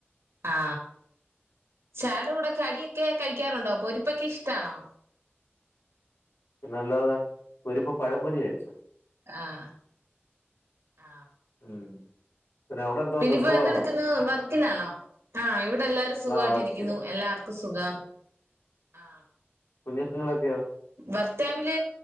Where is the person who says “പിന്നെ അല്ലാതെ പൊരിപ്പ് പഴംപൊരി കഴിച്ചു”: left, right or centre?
Left